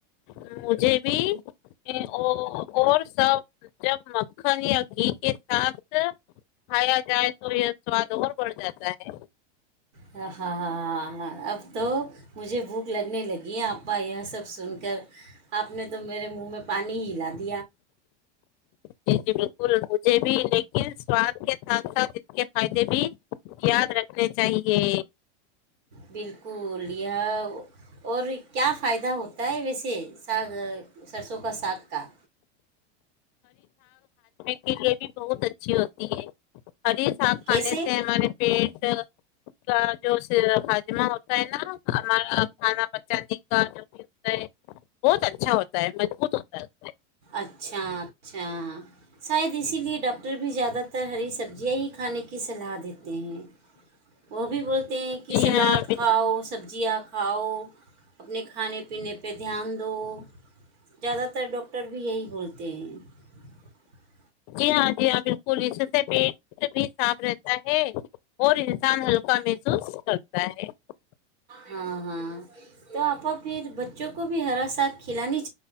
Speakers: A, on the left; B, on the right.
A: مجھے بھی اور سب جب مکھن یا گھی کے ساتھ کھایا جائے تو یہ سواد اور بڑھ جاتا ہے
B: ہاں ہاں ہاں ہاں اب تو مجھے بھوک لگنے لگی ہے آپا یہ سب سن کر آپ نے تو میرے منہ میں پانی ہلا د
A: جی جی بالکل مجھے بھی لیکن سواد کے ساتھ ساتھ اس کے فائدے بھی یاد رکھنے چاہیے
B: بالکل یہ اور کیا فائدہ ہوتا ہوتا ہے ویسے ساگ سرسوں کا ساگ کا
A: اس کے لیے بھی بہت اچھی ہوتی ہے ہری ساگ
B: کیسے
A: کھانے سے ہمارے پیٹ کا جو ہاجمہ ہو تا ہے نا ہمارا کھانا بچا ن کا جو بھی ہوتا ہے <inaudible> بہت اچھا ہوتا ہے مضبوط ہوتا ہے <inaudible>
B: اچھا اچھا شاید اسی لیے ڈ <unintelligible> بھی زیادہ تر ہری سبزیاں ہی کھانے کی سلا دیتے ہیں وہ بھی بولتے ہیں کہ سلاد
A: جی ہاں
B: کھاؤ سبزیاں کھاؤ اپنے کھانے پینے پہ دھیان دو زیادہ تر ڈاکٹر <unintelligible> ٹر بھی یہی بولتے ہیں <unintelligible>
A: جی ہاں جی ہاں بالکل اس سے پیٹ بھی صاف رہتا ہے اور انسان ہلکا محسوس کرتا ہے <unintelligible>
B: ہاں <inaudible> ہاں تو آپ کو پھر بچوں کو بھی ہرا ساتھ کھلانی <unintelligible>